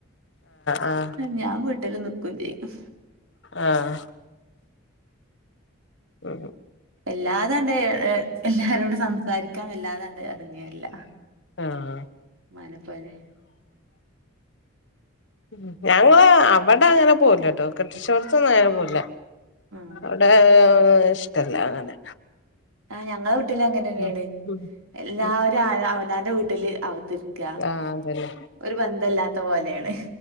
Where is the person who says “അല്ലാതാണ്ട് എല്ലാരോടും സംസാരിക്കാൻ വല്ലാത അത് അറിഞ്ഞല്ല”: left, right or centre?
Right